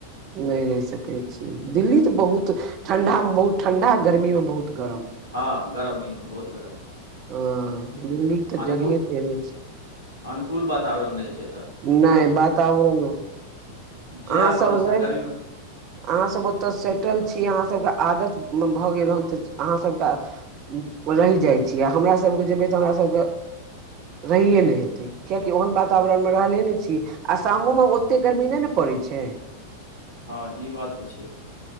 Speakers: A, on the right; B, on the right.
A: नहि रहि सकै छी दिल्ली
B: छी
A: त बहुत ठंडा मे बहुत ठंडा गर्मी मे बहुत गरम
B: हँ गरमी बहुत गरम
A: ह दिल्ली के तऽ
B: अनुकूल
A: जगहे तेहने छै
B: अनुकूल वातावरण नइ छैत
A: नहि बातावरण अहाँ
B: जे आ रहल
A: सब
B: स
A: रहि
B: गर्मीमे
A: अहाँ सभ ओतय सेटल छीयै अहाँ सभ के आदत भऽ गेल हेन तऽ अहाँ सभ के रहि जाइ छीयै आ हमर सभ के जेबै तऽ हमर सभ के रहिए नहि हेतै किया की ओहन वातावरण मे रहले ने छी आसमो मे ओते गर्मी नहि ने पड़ै छै
B: हँ ई बात तऽ छै